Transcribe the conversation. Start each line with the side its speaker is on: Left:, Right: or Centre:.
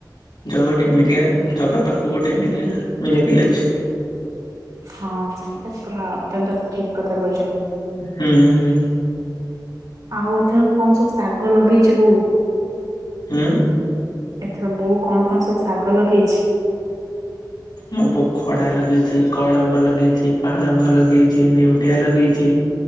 Left: ଜଗା ଗୋଟେ ଏମିତିକା ଜଗା ପାଖକୁ ଗୋଟେ ଏମିତିଆ ମିରି ଆକିଲେଚ।
Right: ହଁ ସେଟା ତ ପୁରା ଅତ୍ୟନ୍ତ ଠିକ କଥା କହିଛନ୍ତି।
Left: ହୁଁ।
Right: ଆଉ ଏଥର କଣ ସବୁ ଶାଗ ଲଗେଇଛି ବୋଉ?
Left: ହଁ।
Right: ଏଥର ବୋଉ କଣ କଣ ସବୁ ଶାଗ ଲଗେଇଛି? ହ
Left: ମୋ ବୋଉ ଖଡା ଲଗେଇଛି କଳମ୍ବ ଲଗେଇଛି ପାଳଙ୍ଗ ଲଗେଇଛି ନେଉଟିଆ ଲଗେଇଛି।